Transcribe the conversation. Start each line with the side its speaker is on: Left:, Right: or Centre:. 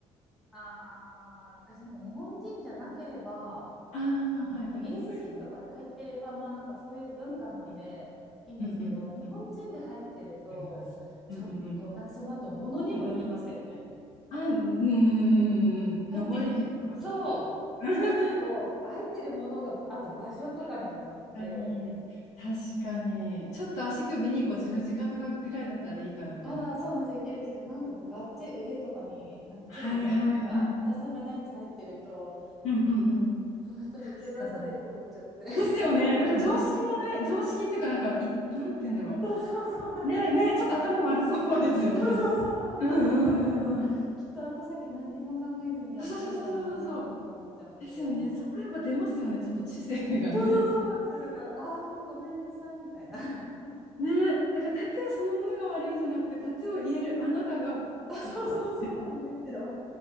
Centre: ああ、私なんか日本人じゃなければ、
Left: ああー、
Centre: あの、
Left: はいはい、
Centre: イギリス人とかで入ってれば、
Left: わかります。
Centre: まあなんかそういう文化なんでいいんですけど、
Left: うんうんうんうんうん、
Centre: 日本人で入ってると、
Left: わかります。うんうんうん。
Centre: ちょっと、なんかその後、ものにもよりますよね。
Left: うんうん。あ、うんうんうんうんうん。
Centre: 入ってる、
Left: 上り竜とかだったら。
Centre: そうちょっと入ってるものがあと場所とかにもよって
Left: <laughs> 確かに、確かに、ちょっと足首にこう十字架とかぐらいだったらいいかなみたいな感じですかね。
Centre: まだそうなん計いけですけど、なんかこう、がっちり腕とかに、なんかちょっとだ、
Left: はいはいはい。
Centre: なんか、ダサめなやつ入ってると、
Left: うんうんうん。
Centre: この人めっちゃダサいと思っちゃって
Left: 確かに。
Centre: <laughs>
Left: ですよね。なんか常識もない、常識っていうか、なんかい、なんて言うんだろ
Centre: そうそうそうなんです。
Left: う。ねえねえ、
Centre: なんか、
Left: ちょっと頭悪そうですよね。
Centre: そうそうそうなんですよ。
Left: うんうんうんうん。
Centre: この人、きっと後先何にも考えずにやったんだろうなとか思っちゃうんで。
Left: そうそうそうそうそうそう。ですよね。そこやっぱ出ますよね。ちょっと知性がね。
Centre: そうそうそうなんですよ。だから、ああ、ごめんなさいみたいな。
Left: ねえ、だからタトゥーそのものが悪いんじゃなくて、タトゥーを言えるあなたがちょっと。
Centre: あ、そうそうそうなんですよ。